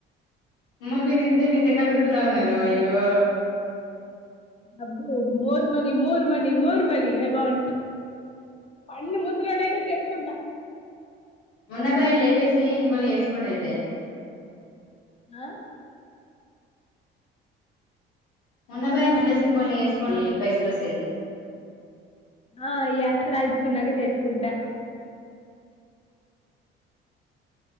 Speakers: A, on the left; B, on the left.
A: అమ్మ మీరు ఇంత నిందక అభివృద్ధిలో ఉన్నారు అయ్యో
B: అబ్బో more money more money more money I want పండు ముసలోడు అయిన చేసుకుంటా
A: మున్న బాయ్ ని లేపేసి ఇంకొల్ని ఎసుకోండి అయితే
B: ఆ
A: ఉన్న బాయ్ ని సంపేసి ఇంకొన్ని ఎసుకోండి పైసల్ వస్తతయ్
B: ఆ ఈ ఆస్తి రాయించుకున్నాక చేసుకుంటా